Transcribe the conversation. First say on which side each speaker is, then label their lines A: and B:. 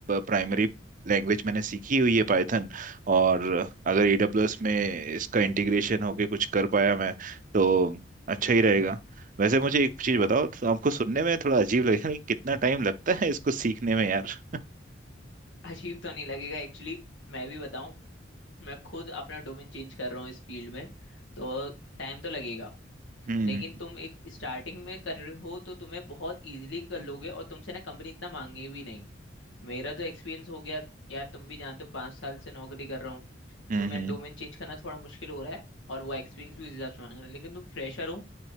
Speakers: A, on the right (about 45°); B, on the left (about 80°).
A: प्राइमरी लैंग्वेज मैंने सीखी हुई है पाइथन और अगर AWS में इसका इंटीग्रेशन होके कुछ कर पाया मैं तो अच्छा ही रहेगा वैसे मुझे एक चीज बताओ तो आपको सुनने में थोड़ा अजीब लगेगा कि कितना टाइम लगता है इसको सीखने में यार <laughs>
B: <laughs> अजीब तो नहीं लगेगा एक्चुअली मैं भी बताऊं मैं खुद अपना डोमेन चेंज कर रहा हूँ इस फील्ड में तो टाइम तो लगेगा
A: हम्म
B: लेकिन तुम एक स्टार्टिंग में कर रहे हो तो तुम्हें बहुत इजीली कर लोगे और तुमसे ना कंपनी इतना मांगे भी नहीं मेरा तो एक्सपीरियंस हो गया यार तुम भी जानते हो पाँच साल से नौकरी कर रहा हूँ
A: हम्म
B: तो मैं
A: हम्म।
B: डोमेन चेंज करना थोड़ा मुश्किल हो रहा है और वो एक्सपीरियंस भी उस हिसाब से मांग रहा है लेकिन तुम फ्रेशर हो